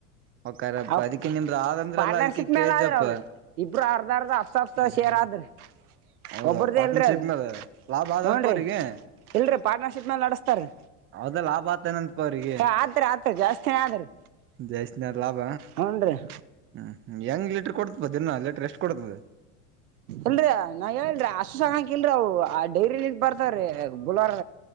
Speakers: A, on the right; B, on the right.
A: ಹೊಕ್ಕಾರಪ್ಪ
B: ಅವ್
A: ಅದಿಕ್ಕೆ ನಿಮ್ದ ಆದಂದ್ರಲ್ಲ
B: ಪಾರ್ಟ್ನರ್ಶಿಪ್
A: ಅದಿಕ್ಕೆ ಕೇಳಿದಪ್ಪ
B: ಮೇಲೆ ಆದ್ರಿ ಅವ್ರು ಇಬ್ರು ಅರ್ಧ ಅರ್ಧ ಅಫ್ಸ ಅಫ್ಸ
A: ಹ
B: ಶೇರ್
A: ಹ
B: ಆದ್ರಿ
A: ಹೌದ
B: ಒಬ್ರದೇ
A: ಪಾರ್ಟ್ನರ್ಶಿಪ್
B: ಇಲ್ರಿ ಅದು
A: ಮೇಲೆ ಲಾಭ ಆದನಪ್ಪ
B: ಹ್ಞೂ ರೀ
A: ಅವರಿಗೆ
B: ಇಲ್ರಿ ಪಾರ್ಟ್ನರ್ಶಿಪ್ ಮೇಲೆ ನಡೆಸ್ತಾರ್ರಿ
A: ಹೌದ ಲಾಭ ಆತನಂಪ ಅವರಿಗೆ ಕೆ
B: ಏ ಆತ್ರಿ ಆತ್ರಿ ಜಾಸ್ತಿನೇ ಆದ್ರಿ
A: ಜಾಸ್ತಿನ ಆಯ್ತ ಲಾಭ
B: ಹ್ಞೂ ರೀ
A: ಹು ಹೆಂಗ ಲೀಟರ್ ಕೊಡ್ತದಿನ ಲೀಟರ್ ಎಷ್ಟು ಕೊಡ್ತದ
B: ಇಲರಿ ನಾ ಹೇಳರಿ ಅಷ್ಟು ಚೆನ್ನಾಗಿಲ್ಲರಿ ಅವು ಆ ಡೈರಿಲಿ ಇದ ಬರ್ದರಿ ಬುಲ್ವಾರ